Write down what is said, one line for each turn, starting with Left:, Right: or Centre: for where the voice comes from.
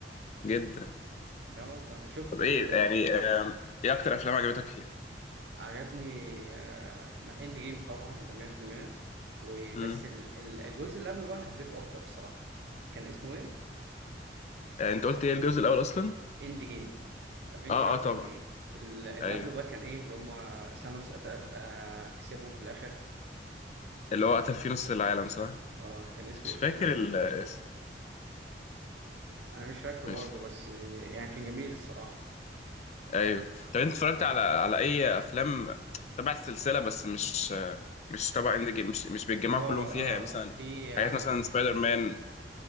Left: جدا
Right: لا والله شفت
Left: طب
Right: ال...
Left: ايه يعني آم، ايه اكتر افلام عجبتك فيها
Right: عجبني آه، اند جيم طبعا ده 100% وبس
Left: امم
Right: ال- ال- الجزء اللي قبله بقى حبيته اكتر الصراحة. كان اسمه ايه؟
Left: انت قلت ايه الجزء الاول اصلا
Right: اند جيم افنجرز
Left: اه اه طبعا
Right: اند جيم اللي
Left: ايوه
Right: قبله بقى كان ايه اللي هم ثانوس قتل آه كسبهم في الاخر
Left: اللي هو قتل فيه نص العالم صح
Right: اه كان اسمه
Left: مش
Right: ايه الفيلم
Left: فاكر الاسم
Right: انا مش فاكره برضه
Left: مش
Right: بس يعني كان جميل الصراحه
Left: ايوه طب انت اتفرجت على على اي افلام تبع السلسلة بس مش آه، مش تبع اند جيم مش مش بيتجمعوا
Right: اه
Left: كلهم فيها
Right: اه
Left: يعني مثلا
Right: في اه
Left: حاجات مثلا سبايدر مان